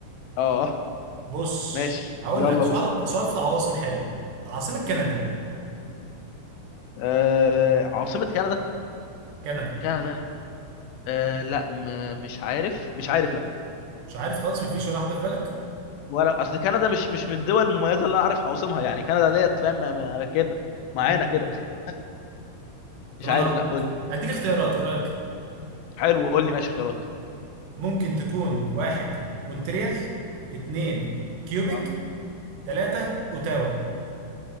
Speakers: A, on the left; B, on the right.
A: اه
B: بص
A: ماشي
B: هقول
A: يلا
B: لك سؤال
A: وصل
B: سؤال في العواصم حلو عاصمة كندا
A: آه عاصمه كندا
B: كندا
A: كندا آه لا م مش عارف مش عارف لا
B: مش عارف خالص مفيش ولا واحدة في بالك
A: ولا اصل كندا مش مش من الدول المميزه اللي انا عارف عواصمها يعني كندا ديت فاهم ما- ما- كده معانا
B: امم
A: كده <laughs> مش
B: طب انا
A: عارف
B: هقول
A: لا
B: لك
A: قول لي
B: هديك اختيارات ايه رأيك
A: حلو قول لي ماشي اختيارات
B: ممكن تكون واحد مونتريال اتنين كيوبيك
A: اه
B: تلاتة اوتاوا